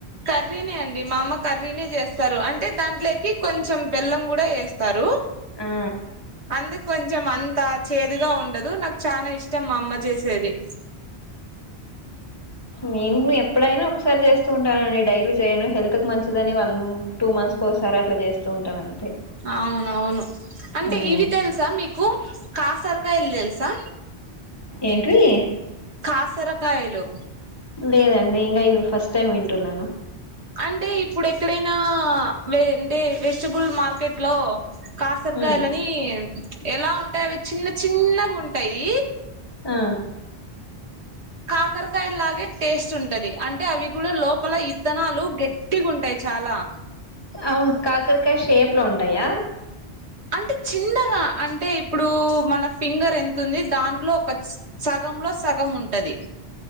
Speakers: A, on the right; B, on the left.
A: కర్రీనే అండి, మా అమ్మ కర్రీనే చేస్తారు అంటే దాంట్లోకి కొంచెం బెల్లం గుడ ఏస్తారు.
B: ఆ
A: అందుకు కొంచం అంతా చేదుగా ఉండదు, నాకు చాన ఇష్టం మా అమ్మ చేసేది.
B: నేను గుడ ఎప్పుడైనా ఒకసారి చేస్తూ ఉంటానండి, డైలీ చేయను హెళ్తుకి మంచిదని వం టూ మంత్స్కి ఒకసారి అట్లా చేస్తూ ఉంటాను అంతే.
A: అవునవును, అంటే
B: మ్మ్
A: ఇవి తెలుసా మీకు కాసరకాయలు తెలుసా?
B: ఏంటివి?
A: కాసరకాయలు
B: లేదండి ఇంగ ఈ ఫస్ట్ టైమ్ వింటున్నాను.
A: అంటే ఇప్పుడు ఎక్కడైనా, వే అంటే వెజిటబుల్ మార్కెట్ లో కాసరకాయలని
B: మ్మ్
A: ఎలా ఉంటయి అవి చిన్న చిన్న గుంటయి.
B: ఆ
A: కాకరకాయ లాగే టేస్ట్ ఉంటది, అంటే అవి కూడా లోపల ఇత్తనాలు గట్టిగ ఉంటాయి చాలా.
B: అవును కాకరకాయ షేప్లో ఉంటాయా?
A: అంటే చిన్నగా అంటే ఇప్పుడు మన ఫింగర్ ఎంత ఉంది, దాంట్లో ఒక చ్ సగంలో సగం ఉంటది.